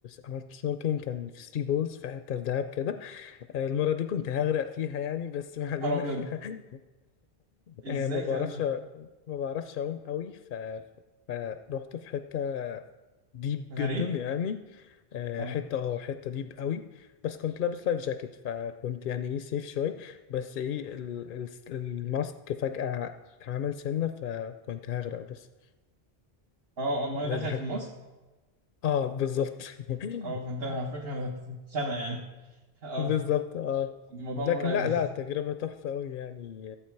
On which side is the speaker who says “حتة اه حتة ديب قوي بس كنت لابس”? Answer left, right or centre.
Left